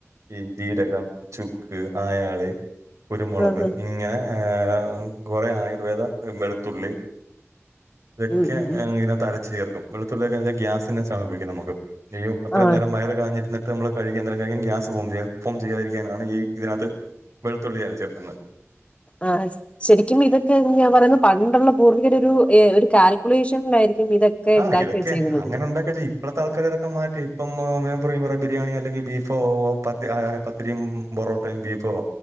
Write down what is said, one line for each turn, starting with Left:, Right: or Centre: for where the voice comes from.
Right: ഈ ജീരകം ചുക്ക് അയാളി കുരുമുളക്
Left: ആഹ് ആഹ്.
Right: ഇങ്ങനെ ഏഹ് കുറേ ആയുർവേദ വെളുത്തുള്ളി ഇതൊക്കെ
Left: ഉം ഉം ഉം
Right: ഇതിനകത്ത് അരച്ച് ചേർക്കും വെളുത്തുള്ളിയൊക്കെ കഴിഞ്ഞാ ഗ്യാസിനെ ശമപിക്കും നമുക്ക് നിയു അത്ര
Left: ആഹ്
Right: നേരം വയറ് കാഞ്ഞിരുന്നിട്ട് നമ്മള് കഴിക്ക എന്തെരേലും കഴിക്കും ഗ്യാസ് ഫോം ചെയ്യും അത് ഫോം ചെയ്യാതിരിക്കാനാണ് ഈ ഇതിനകത്ത് വെളത്തുള്ളി അരച്ച് ചേർക്കുന്നത്
Left: ആഹ് അശ് ശരിക്കും ഇതൊക്കെന്ന് ഞാൻ പറയുന്നത് പണ്ടുള്ള പൂർവികര് ഒരു ഏ ഒരു കാൽക്കുലേഷനിലായിരിക്കും ഇതൊക്കെ
Right: ആഹ്
Left: ഉണ്ടാക്കി
Right: ഇതൊക്കെ
Left: വെച്ചേക്കുന്നത്
Right: അങ്ങനെ ഉണ്ടൊക്കെ ചെയ്യും ഇപ്പളത്തെ ആൾക്കർ ഇതൊക്കെ മാറ്റി ഇപ്പം ഞാൻ പറയും കുറെ ബിരിയാണിയൊ അല്ലെങ്കിൽ ബീഫോ ഓ ഓ ആഹ് പത്തി പത്തിരിയും പൊറോട്ടയും ബീഫോ